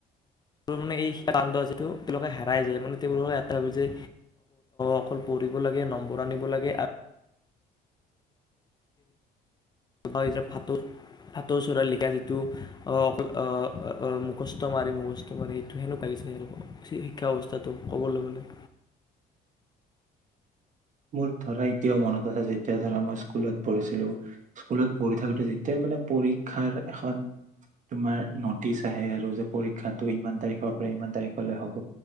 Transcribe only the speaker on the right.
মোৰ ধৰা এতিয়াও মনত আছে যেতিয়া ধৰা মই স্কুলত পঢ়িছিলো স্কুলত পঢ়ি থাকোতে যেতিয়াই মানে পৰীক্ষাৰ এখন তোমাৰ নটিচ আহে আৰু যে পৰীক্ষাটো ইমান তাৰিখৰ পৰা ইমান তাৰিখলৈ হ'ব,